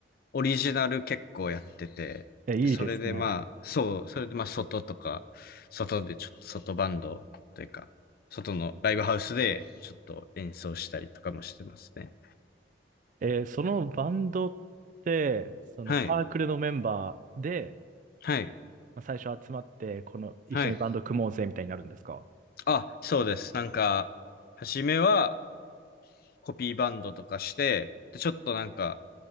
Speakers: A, on the left; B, on the right.
A: オリジナル結構やってて、
B: え、いいですね。
A: で、それでまあ、そう、それでまあ、外とか、外でちょっと外バンドというか、外のライブハウスでちょっと演奏したりとかもしてますね。
B: えーそのバンドって、そのサークルのメンバーで、
A: はい、はい、
B: まあ、最初集まって、この、一緒にバンド組もうぜみたいになるんですか
A: はい。あ、そうです。なんか、初めはコピーバンドとかして、で、ちょっとなんか、